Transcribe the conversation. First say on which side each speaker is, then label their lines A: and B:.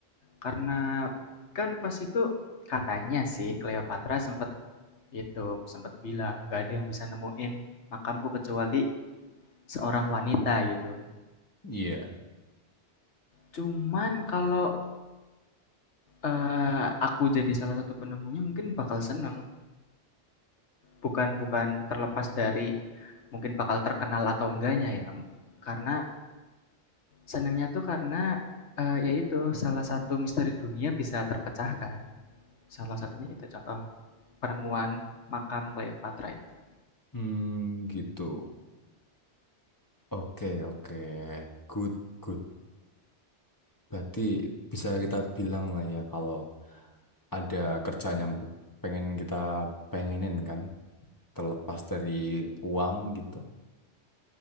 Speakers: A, on the left; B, on the left.
A: Karena kan pas itu katanya sih Cleopatra sempet itu, sempet bilang, "Nggak ada yang bisa nemuin makamku kecuali seorang wanita," gitu.
B: iya
A: Cuman kalau, eee, aku jadi salah satu penemunya mungkin bakal seneng. Bukan bukan terlepas dari mungkin bakal terkenal atau enggaknya ya, karena senengnya tuh karena, eee, ya salah satu misteri dunia bisa terpecahkan. Salah satunya itu contoh penemuan makam Cleopatra itu.
B: Hmm, gitu oke oke good good berarti bisa kita bilang lah ya kalau ada kerjaan yang pe- pengen kita pengenin kan terlepas dari uang gitu.